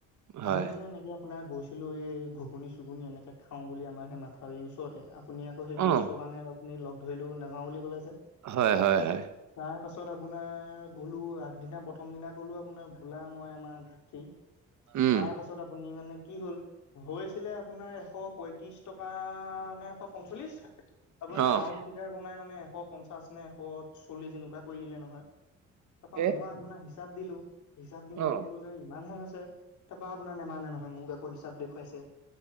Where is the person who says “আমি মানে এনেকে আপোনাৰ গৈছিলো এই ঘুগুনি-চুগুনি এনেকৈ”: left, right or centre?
Left